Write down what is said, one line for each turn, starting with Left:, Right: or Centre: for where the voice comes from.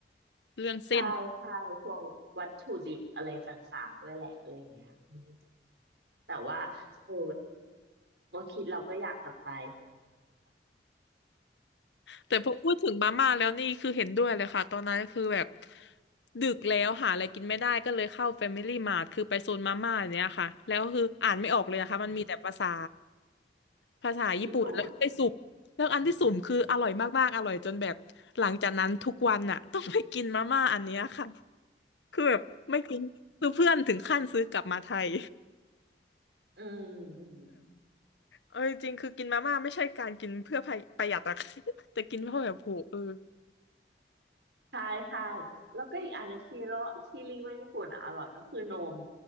Left: เรื่องเส้น
Right: ใช่ใช่พวกวัตถุดิบอะไรต่างๆด้วยแหละอะไรเงี้ยอืมแต่ว่าโอ้โอคิดเราก็อยากกลับไป
Left: แต่พอพูดถึงมาม่าแล้วนี่คือเห็นด้วยเลยค่ะตอนนั้นคือแบบดึกแล้วหาอะไรกินไม่ได้ก็เลยเข้า Family Mart คือไปโซนมาม่าอย่างเนี้ยค่ะแล้วคืออ่านไม่ออกเลยนะคะมันมีแต่ภาษา
Right: อืม
Left: ภาษาญี่ปุ่นแล้วไปสุ่มแล้วอันที่สุ่มคืออร่อยมากๆอร่อยจนแบบหลังจากนั้นทุกวันน่ะ
Right: ญี่ปุ่นอืม
Left: <laughs> ต้องไปกินมาม่าอันเนี้ยค่ะคือแบบไม่กินคือเพื่อนถึงขั้นซื้อกลับมาไทย
Right: อืม
Left: เออจริงคือกินมาม่าไม่ใช่การกินเพื่อประหยัดอะ <laughs> แต่กินเพราะแบบโหเออ
Right: ใช่ใช่แล้วก็อีกอันหนึ่งที่เราที่รีว่าญี่ปุ่นอ่ะอร่อยก็คือนม